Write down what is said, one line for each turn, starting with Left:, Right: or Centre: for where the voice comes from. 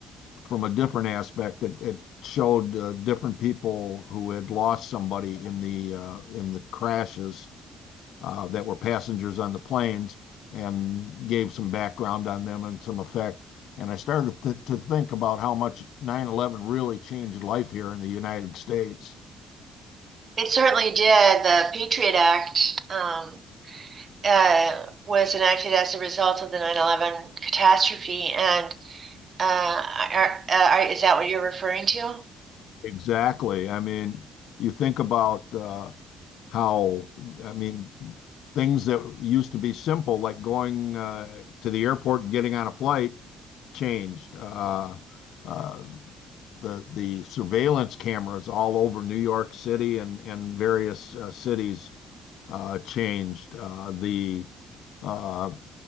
Left: from a different aspect. It it showed uh, different people who had lost somebody in the uh, in the crashes uh, that were passengers on the planes and gave some background on them and some effect. And I started th- to think about how much 9 11 really changed life here in the United States.
Right: It certainly did. The Patriot Act um, uh, was enacted as a result of the 9/11 catastrophe, and uh, are, uh, are, is that what you're referring to?
Left: Exactly. I mean, you think about uh, how, I mean, things that used to be simple, like going uh, to the airport and getting on a flight, changed. Uh, uh, the the surveillance cameras all over New York City and and various uh, cities uh, changed. Uh, The uh,